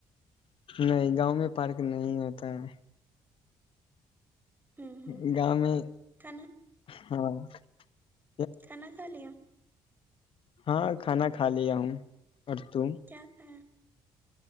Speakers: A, on the left; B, on the right.
A: نہیں گاؤں میں پارک نہیں ہوتا ہے
B: ہوں
A: ہے
B: ہوں
A: گاؤں میں
B: کنا
A: ہاں <unintelligible>
B: کھانا کھا لیا
A: ہاں کھانا کھا لیا ہوں اور تم
B: کیا کریں